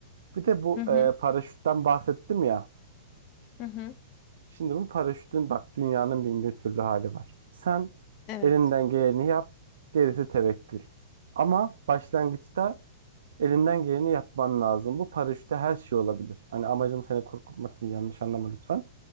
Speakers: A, on the right; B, on the left.
A: Bir de bu
B: Hı hı.
A: e, paraşütten bahsettim ya.
B: Hı hı.
A: Şimdi bu paraşütün bak dünyanın bin bir türlü hali var. Sen
B: Evet.
A: elinden geleni yap, gerisi tevekkül. Ama başlangıçta elinden geleni yapman lazım. Bu paraşütte her şey olabilir. Hani amacım seni korkutmak değil yanlış anlama lütfen.